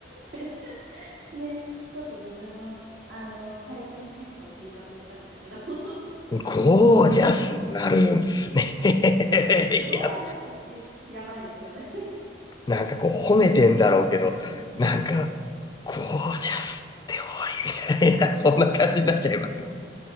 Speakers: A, on the right (about 75°); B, on the left (about 20°).
A: て。ね、ちょっと自分の、あの、体型の変化を自覚したんですけど。<laughs>
B: ゴージャスになるんすね。<laughs> いや、
A: ゴージャスってやばいですよね
B: なんかこう褒めてんだろうけど、なんか、ゴージャスって多いみたいな、<laughs> そんな感じになっちゃいますよね。